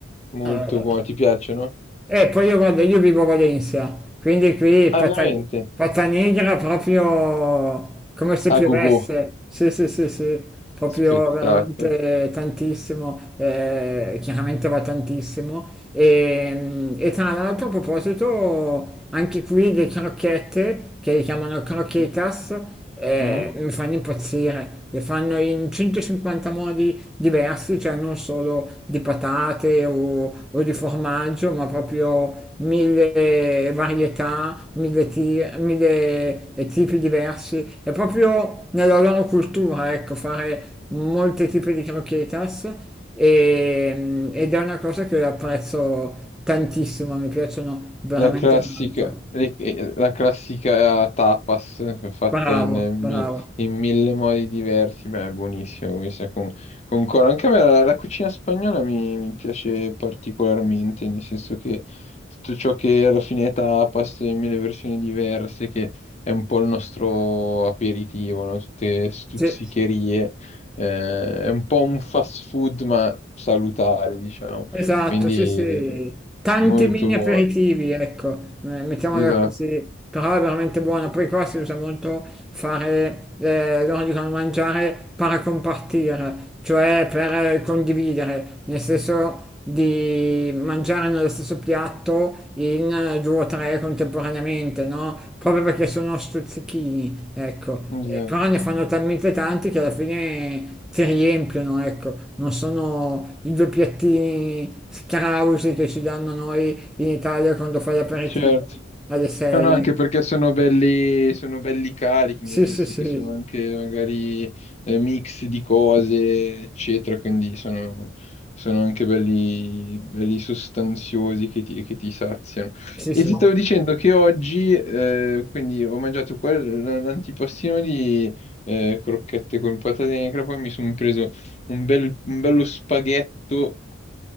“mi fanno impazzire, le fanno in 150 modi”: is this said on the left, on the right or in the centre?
Centre